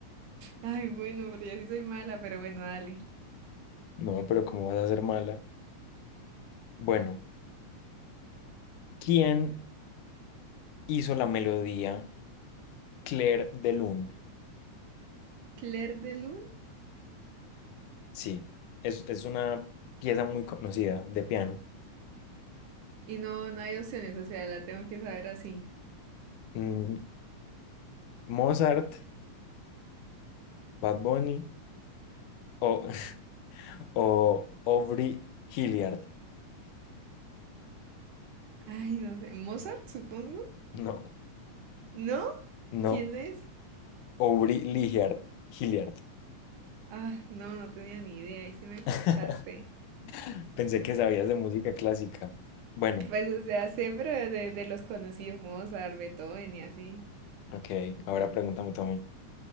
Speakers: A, on the right; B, on the left.
A: Ay, bueno, pero yo sí soy mala, pero bueno, dale.
B: No, pero ¿cómo vas a ser mala? Bueno, ¿quién hizo la melodía Clair de Lune?
A: Claire de Lune.
B: Sí, es, es una pieza muy conocida de piano.
A: Y no, no hay opciones, o sea, la tengo que saber así.
B: Mm, ¿Mozart, Bad Bunny o, <laughs> o Aubrey Hilliard?
A: Ay, no sé. ¿Mozart, supongo?
B: No,
A: ¿No?
B: no,
A: ¿Quién es?
B: Aubrey Hilliard, Hilliard.
A: Ah, no, no tenía ni idea, ahí sí me corchaste.
B: <laughs> Pensé que sabías de música clásica. Bueno,
A: Pues, o sea, sé, pero de, de los conocidos, Mozart, Beethoven y así.
B: ok, ahora pregúntame tú